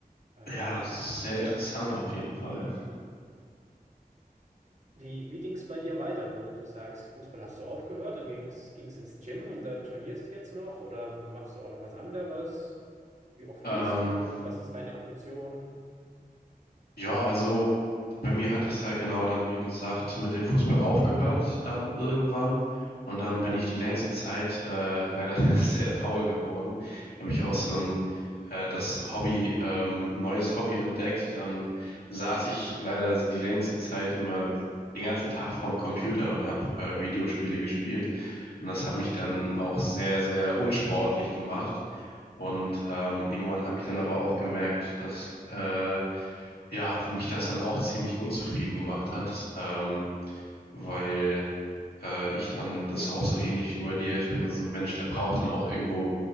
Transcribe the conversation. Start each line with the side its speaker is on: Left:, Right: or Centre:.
Right: Ähm,
Left: Ja, sehr
Right: ja,
Left: interessant auf jeden Fall.
Right: Wie, wie ging es bei dir weiter? Du, du sagst, Fußball hast du aufgehört, dann ging's, ging's ins Gym und da trainierst du jetzt noch oder machst du auch noch was anderes? Wie oft
Left: Ähm,
Right: gehst du? Was ist deine Ambition?
Left: Ja, also bei mir hat das ja genau dann, wie gesagt, mit dem Fußball aufgehört, dann irgendwann. Und dann bin ich die längste Zeit äh, leider <laughs> sehr faul geworden. Habe ich auch so ein äh, das Hobby, ähm, neues Hobby entdeckt. Dann saß ich leider die längste Zeit immer den ganzen Tag vorm Computer und habe äh, Videospiele gespielt. Und das hat mich dann auch sehr, sehr unsportlich gemacht. Und ähm, irgendwann habe ich dann aber auch gemerkt, dass äh, ja, mich das dann auch ziemlich unzufrieden gemacht hat, ähm, weil äh, ich dann, das ist auch so ähnlich wie bei dir, ich bin so ein Mensch, der braucht dann auch irgendwo